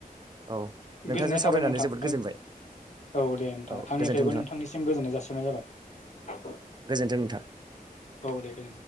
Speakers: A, on the right; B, on the left.
A: औ नोंथांजों
B: गोजोननाय
A: सावरायनानै
B: थाबाय नोंथां
A: जोबोद गोजोनबाय
B: औ दे नोंथां
A: औ
B: आंनिफ्रायबो
A: गोजोन्थों नोंथां
B: नोंथांनिसिम गोजोननाय जासिननाय जाबाय
A: गोजोन्थों नोंथां
B: औ दे